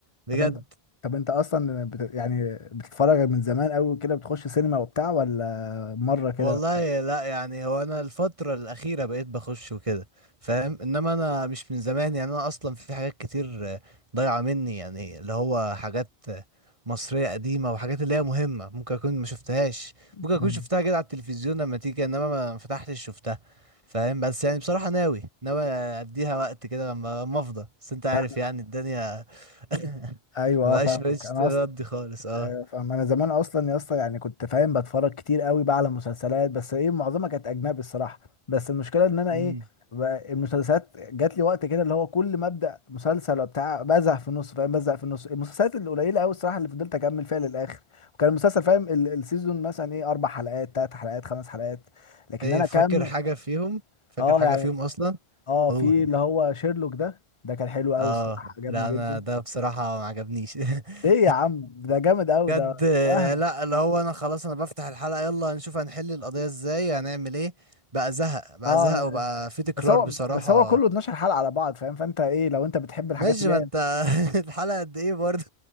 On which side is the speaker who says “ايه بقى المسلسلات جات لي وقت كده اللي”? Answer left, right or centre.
Left